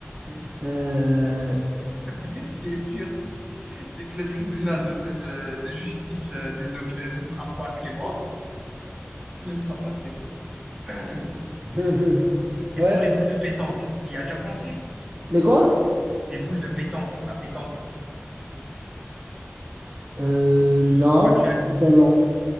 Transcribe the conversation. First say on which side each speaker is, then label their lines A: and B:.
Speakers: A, on the right; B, on the right.
A: aïe. Euh,
B: En tout cas, ce qui est sûr, c'est que le tribunal de, de- de justice euh, des objets ne sera pas clément. Ne sera pas clément. <clears throat>
A: <laughs>
B: Et
A: Ouais.
B: pour les boules de pétanque, tu y as déjà pensé?
A: Les quoi?
B: Les boules de pétanque, la pétanque.
A: Euh, non,
B: Quand tu
A: pas
B: as,
A: tellement.